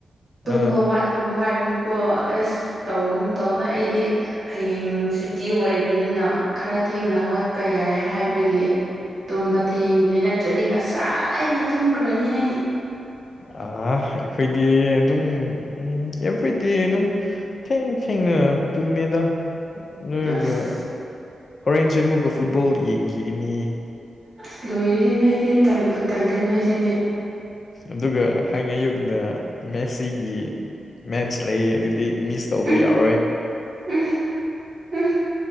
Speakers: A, on the right (about 35°); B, on the left (about 45°).
A: ꯇꯨꯝꯕ
B: ꯑꯥ
A: ꯋꯥꯠ ꯀꯩꯅꯣ ꯍꯥꯏꯕꯅꯤꯀꯣ ꯑꯁ ꯇꯧꯒꯅꯨ ꯇꯧꯅ ꯑꯩꯗꯤ ꯍꯌꯦꯡ ꯁꯨꯇꯤ ꯑꯣꯏꯕꯅꯤꯅ ꯈꯔ ꯊꯦꯡꯅ ꯍꯧꯒꯠꯄ ꯌꯥꯏ ꯍꯥꯏꯕꯒꯤ ꯇꯨꯝꯕ ꯊꯦꯡꯕꯅꯤ ꯅꯠꯇ꯭ꯔꯗꯤ ꯉꯁꯥꯏ ꯑꯩꯅ ꯇꯨꯝꯈ꯭ꯔꯅꯤ ꯑꯩ
B: ꯑ ꯑꯩꯈꯣꯏꯗꯤ ꯑꯗꯨꯝ ꯑꯦꯚ꯭ꯔꯤꯗꯦ ꯑꯗꯨꯝ ꯊꯦꯡ ꯊꯦꯡꯅ ꯇꯨꯝꯃꯦꯗ ꯅꯣꯏꯒ
A: ꯑꯁ
B: ꯍꯣꯔꯦꯟꯁꯦ ꯑꯃꯨꯛꯒ ꯐꯨꯠꯕꯣꯜ ꯌꯦꯡꯈꯤꯒꯅꯤ
A: ꯑꯁ ꯂꯣꯏꯔꯁꯦ ꯅꯣꯏꯗꯤ ꯇꯜꯕꯨ ꯇꯜꯂꯦ ꯅꯣꯏ ꯁꯤꯗꯤ
B: ꯑꯗꯨꯒ ꯍꯌꯦ ꯑꯌꯨꯗ ꯃꯦꯁꯤꯒꯤ ꯃꯦꯠꯆ ꯂꯩ ꯑꯗꯨ ꯗꯤ ꯃꯤꯁ ꯇꯧꯕ
A: ꯎꯝ
B: ꯌꯥꯔꯣꯏ
A: ꯎꯝ ꯎꯝ